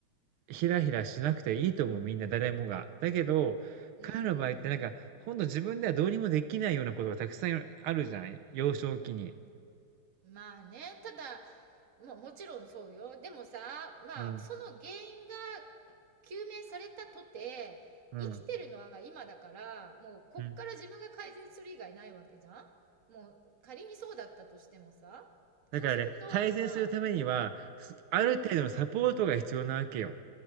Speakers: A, on the right (about 85°); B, on the right (about 40°).
A: ひらひらしなくていいと思う、みんな、誰もが。だけど、
B: うん。
A: 彼の場合ってなんか、ほんと自分ではどうにもできないようなことがたくさんあるじゃん。幼少期に。
B: まあね、ただ、まあもちろんそうよ。でもさ、まあその原因が
A: うん。
B: 究明されたとて、
A: うん。
B: 生きてるのは今だから、もうこっから自分が改善する以外ないわけじゃんもう仮にそうだったとしてもさ、
A: うん。だからね、
B: そうすると今、
A: 改善するためには、すある程度のサポートが必要なわけよ。
B: う